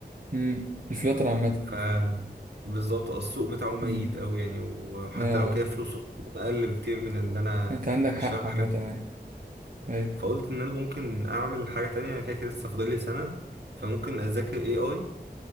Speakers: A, on the right; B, on the right.
A: امم الفلاتر عامه
B: ف بالظبط آه، السوق بتاعه ميت
A: امم
B: قوي يعني وحتى
A: اه آه.
B: لو كده فلوسه اقل بكتير من ان انا
A: انت عندك حق
B: اشتغل
A: عامه
B: حاجات
A: ايوه ايوه
B: فقلت ان انا ممكن اعمل حاجه تانية انا كده كده لسه فاضل لي سنه فممكن اذاكر اي اي